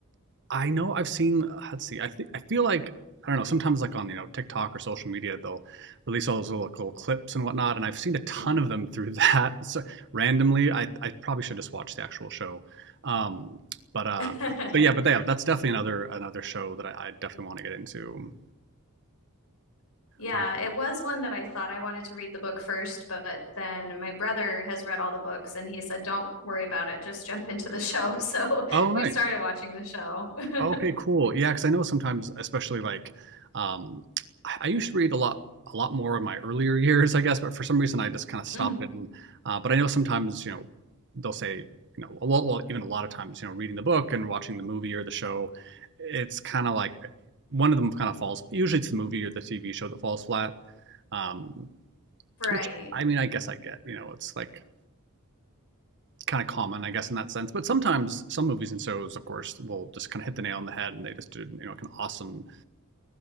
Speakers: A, on the right; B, on the left.
A: I know I've seen. uh, Let's see. I think I feel like I don't know. Sometimes like on you know TikTok or social media, they'll release all those little, little clips and whatnot, and I've seen a ton
B: Mhm.
A: of them through <laughs> that. So randomly, I I probably should just watch the actual show. Um, but uh,
B: <laughs>
A: but, but yeah, but they have, that's definitely another another show that I, I definitely want to get into.
B: Yeah,
A: Um,
B: it was one that I thought I wanted to read the book first, but then my brother has read all the books and he said, Don't worry about it, just jump into the show. So
A: oh,
B: <laughs>
A: nice.
B: we started watching the show. <laughs>
A: Okay, cool. Yeah, because I know sometimes, especially like, um, I I used to read a lot, a lot more in my earlier <laughs> years, I guess, but for some reason I just kind of stopped
B: Mhm.
A: it. And uh, but I know sometimes, you know, they'll say, you know, a lot, well, even a lot of times, you know, reading the book and watching the movie or the show, it's kind of like one of them kind of falls. Usually, it's the movie or the TV show that falls flat. Um,
B: Right.
A: which I mean, I guess I get. You know, it's like kind of common, I guess, in that sense. But sometimes some movies and shows, of course, will just kind of hit the nail on the head, and they just did, you know, kind of awesome.